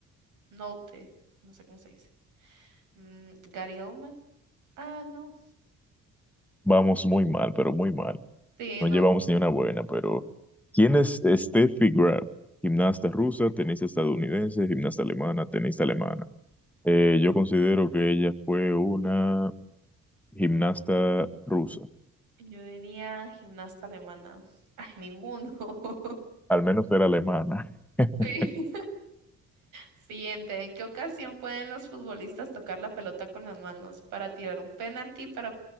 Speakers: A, on the right (about 85°); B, in the centre.
A: Nolte, no sé cómo se dice. Mm, Gary Oldman. Ah, no.
B: Vamos muy mal, pero muy mal.
A: Sí,
B: No
A: no.
B: llevamos ni una buena, pero ¿quién es Steffi Graf? Gimnasta rusa, tenista estadounidense, gimnasta alemana, tenista alemana. Eh, yo considero que ella fue una gimnasta rusa.
A: Yo tenía gimnasta alemana. Ay, ninguno. <laughs>
B: Al menos era alemana. <laughs>
A: Sí. Siguiente, ¿en qué ocasión pueden los futbolistas tocar la pelota con las manos para tirar un penalti, para